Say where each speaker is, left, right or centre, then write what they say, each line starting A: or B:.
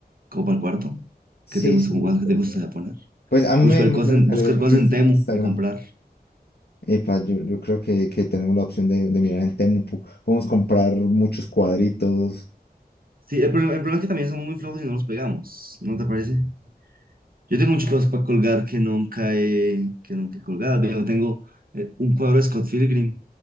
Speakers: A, on the right (about 60°); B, on the left (about 75°).
A: Como para el cuarto.
B: Sí,
A: ¿Qué te gusta,
B: sí,
A: como cosas que
B: puede
A: te gustaría
B: ser.
A: poner?
B: Pues a mí
A: Buscar
B: me, me
A: cosas
B: suelen
A: en,
B: salir
A: buscar
B: reels
A: cosas en Temu
B: en Instagram.
A: que comprar.
B: Epa, yo, yo creo que, que tenemos la opción de, de mirar en Temu. po- Podemos comprar muchos cuadritos.
A: Sí, el problema, el problema es que también somos muy flojos y no nos pegamos, ¿no te parece? Yo tengo muchas cosas para colgar que nunca he, que nunca he colgado. Yo tengo eh, un cuadro de Scott Pilgrim,